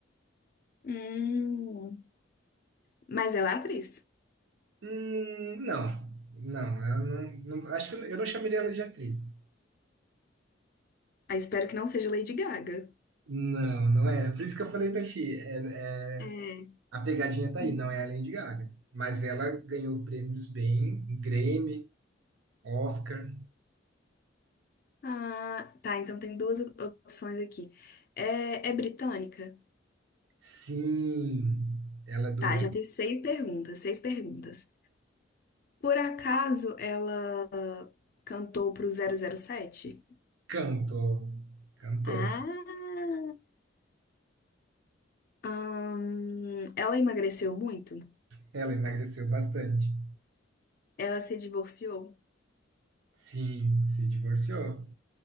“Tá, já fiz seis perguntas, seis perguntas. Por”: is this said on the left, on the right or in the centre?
Left